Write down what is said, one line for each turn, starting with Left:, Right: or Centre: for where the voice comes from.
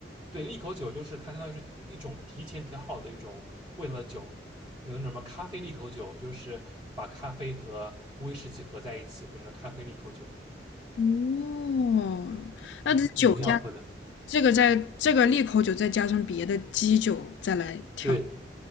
Right: 对，利口酒就是它相当于是一种提前调好的一种味道的酒，有那种什么咖啡利口酒，就是把咖啡和威士忌合在一起，变成了咖啡利口酒。
Left: 哦，那这酒加
Right: 嗯，也挺好喝的。
Left: 这个再这个利口酒再加上别的基酒再来调，
Right: 对